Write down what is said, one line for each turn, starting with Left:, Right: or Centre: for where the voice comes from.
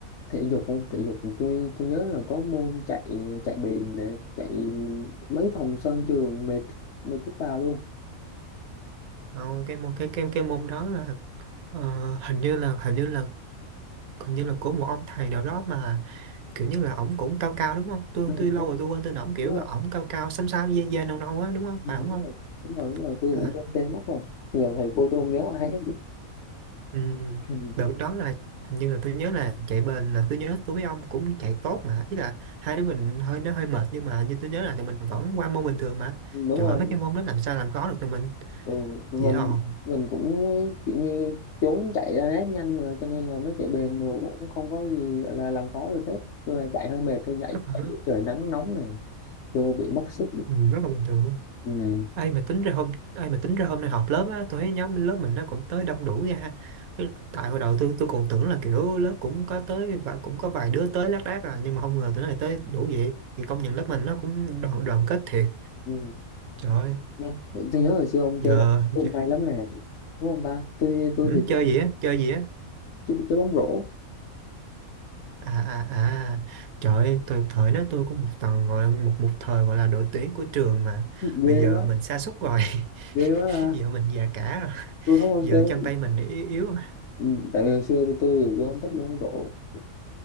Left: thể dục không thể dục tôi tôi nhớ là có môn chạy chạy bền để chạy mấy vòng sân trường mệt mệt chết bà luôn
Right: không cái môn cái cái cái môn đó là ờ, hình như là hình như là hình như là của một ông thầy nào đó mà kiểu như là ổng cũng cao cao đúng không tôi
Left: Ừ,
Right: tôi lâu
Left: đúng
Right: rồi tôi
Left: rồi
Right: quên tên ổng kiểu
Left: đúng
Right: là
Left: rồi
Right: ổng cao cao xám xám da da nâu nâu á đúng không
Left: Ừ,
Right: phải ổng không
Left: đúng rồi đúng rồi đúng rồi tôi
Right: à,
Left: cũng quên tên mất rồi giờ thầy cô tôi không nhớ ai hết
Right: ừm,
Left: Ừ,
Right: đợt đó là hình như là tôi nhớ là chạy bền là tôi nhớ tôi với ông cũng chạy tốt mà ý là hai đứa mình hơi nó hơi mệt nhưng mà như tôi nhớ là tụi mình vẫn qua môn bình thường mà
Left: đúng
Right: trời
Left: rồi
Right: ơi mấy cái môn đó làm sao làm khó được tụi mình
Left: ừ, mình
Right: dễ ồn
Left: mình cũng kiểu như trốn chạy ra nét nhanh mà cho nên là mới chạy bền mà cũng không có gì gọi là làm khó được hết tôi chạy hơi mệt thôi chạy
Right: rất là
Left: chạy
Right: rất,
Left: giữa trời nắng nóng này vô bị mất sức
Right: ừm, rất là bình thường luôn
Left: ừ.
Right: ai mà tính ra hôm ai mà tính ra hôm nay họp lớp á tôi thấy nhóm lớp mình nó cũng tới đông đủ nha ha tại hồi đầu tôi tôi còn tưởng là kiểu lớp cũng có tới và cũng có vài đứa tới lác đác à nhưng mà không ngờ tụi này tới đủ vậy thì công nhận lớp mình nó cũng đoàn đoàn kết thiệt
Left: Ừ.
Right: trời ơi,
Left: Nhá. Vậy Tôi nhớ hồi xưa ông
Right: giờ
Left: chơi bóng
Right: giờ-
Left: cũng may lắm nè đúng không ta tôi tôi
Right: ừ,
Left: thì tôi
Right: chơi
Left: không
Right: gì á chơi gì á
Left: chơi, chơi bóng rổ
Right: à à à trời ơi, tôi thời đó tôi cũng một tầng gọi là một một thời gọi là đội tuyển của trường mà
Left: ghê
Right: bây giờ
Left: quá
Right: mình sa sút rồi <laughs>
Left: ghê quá ra
Right: giờ mình già cả rồi
Left: tôi thấy ông
Right: giờ
Left: chơi bóng...
Right: chân tay mình yếu yếu rồi.
Left: ừ, tại vì hồi xưa tôi tôi, thì tôi không thích bóng rổ tôi